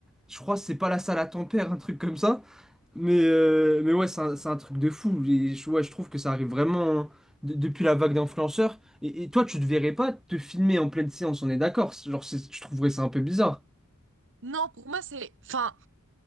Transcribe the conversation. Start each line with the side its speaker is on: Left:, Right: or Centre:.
Centre: je crois que c'est pas la salle à ton père, un truc comme ça. Mais, euh, mais ouais, c'est un, c'est un truc de fou. Et je, ouais, je trouve que ça arrive vraiment de- depuis la vague d'influenceurs. Et, et toi, tu te verrais pas te filmer en pleine séance, on est d'accord. C'est- Genre, c'est- je trouverais ça un peu bizarre.
Right: Non, pour moi, c'est, enfin,